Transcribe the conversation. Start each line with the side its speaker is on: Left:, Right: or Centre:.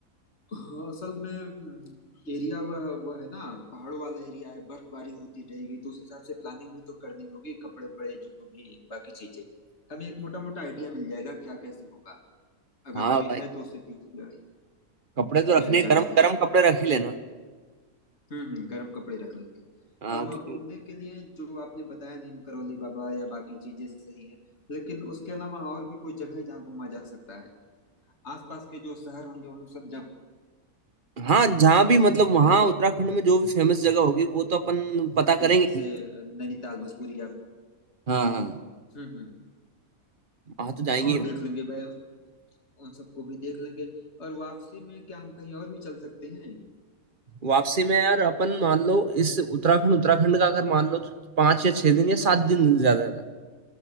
Left: हाँ, असल में हम्म, एरिया वह वह है ना पहाड़ों वाला एरिया है बर्फबारी होती रहेगी तो उस हिसाब से प्लानिंग भी तो करनी होगी कपड़े उपड़े जो भी बाकी चीजें हमें एक मोटा मोटा आइडिया मिल जाएगा क्या कैसे होगा अगर
Right: हाँ
Left: कोई
Right: भाई
Left: है तो उससे पूछूंगा
Right: कपड़े तो रखने
Left: यह ज्यादा
Right: गर्म
Left: सही
Right: गर्म कपड़े रख ही लेना
Left: हम्म गर्म कपड़े रख लेंगे
Right: हाँ
Left: और वहाँ
Right: क्योंकि
Left: घूमने के लिए जो आपने बताया नीम करौली बाबा या बाकी चीजें सही है लेकिन उसके अलावा और भी कोई जगह है जहाँ घूमा जा सकता है आसपास के जो शहर होंगे उन सब जगह
Right: हाँ जहाँ भी मतलब वहाँ
Left: पे
Right: उत्तराखंड में जो भी फेमस जगह होगी वो तो अपन पता करेंगे
Left: जैसे
Right: ही।
Left: नैनीताल मसूरी या
Right: हाँ हाँ
Left: हम्म हम्म
Right: हाँ तो जाएंगे
Left: हाँ
Right: ही भाई
Left: देख लेंगे भाई उन सबको भी देख लेंगे और वापसी में क्या हम कहीं और भी चल सकते हैं
Right: वापसी में यार अपन मान लो इस उत्तराखंड उत्तराखंड का अगर मान लो तो पांच या छह दिन या सात दिन ज्यादा था